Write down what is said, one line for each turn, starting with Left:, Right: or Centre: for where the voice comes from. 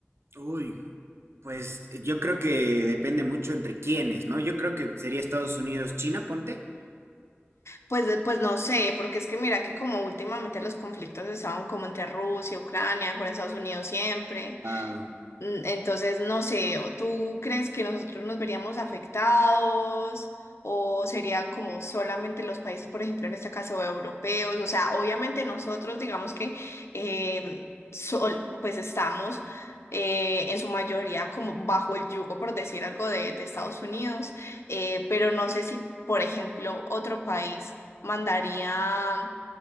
Right: Uy, pues eh, yo creo que depende mucho entre quiénes, ¿no? Yo creo que sería Estados Unidos, China, ponte.
Left: Pues, de- pues no sé, porque es que mira que como últimamente los conflictos estaban como entre Rusia, Ucrania, con Estados Unidos siempre.
Right: Ah,
Left: Mm, Entonces, no sé, o- ¿tú crees que nosotros nos veríamos afectados o sería como solamente los países, por ejemplo, en este caso europeos? O sea, obviamente nosotros digamos que eh, sol- pues estamos eh, en su mayoría como bajo el yugo, por decir algo, de, de Estados Unidos, eh, pero no sé si, por ejemplo, otro país mandaría,